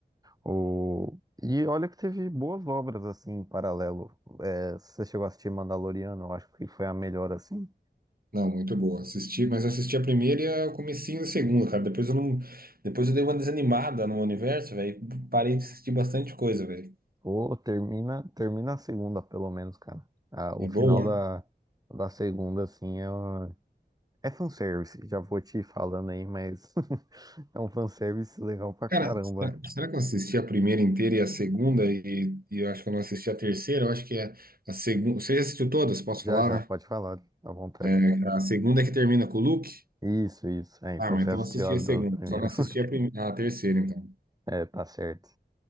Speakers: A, on the right; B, on the right.
A: O... E olha que teve boas obras assim em paralelo. É, você chegou a assistir Mandaloriano, eu acho que foi a melhor assim.
B: Não, muito boa. Assisti, mas assisti a primeira e a- o comecinho da segunda, cara. Depois eu não, depois eu dei uma desanimada no universo, velho. Parei de assistir bastante coisa, velho.
A: Ou termina, termina a segunda, pelo menos, cara. Ah,
B: É
A: o final
B: boa?
A: da, da segunda, assim, é, uma- é fanservice. Já vou te falando aí, mas <laughs> é um fanservice legal pra caramba.
B: Cara, será, será que eu assisti a primeira inteira e a segunda e, e eu acho que eu não assisti a terceira? Eu acho que é a segunda. Você já assistiu todas? Posso
A: Já
B: falar,
A: já, pode falar, à vontade.
B: né? A segunda é que termina com o Luke?
A: Isso, isso. É,
B: Ah,
A: então
B: mas
A: você
B: então
A: assistiu
B: eu assisti
A: as
B: a segunda.
A: duas primeiras.
B: Só não assisti
A: <laughs>
B: a, prim... a terceira, então.
A: É, tá certo.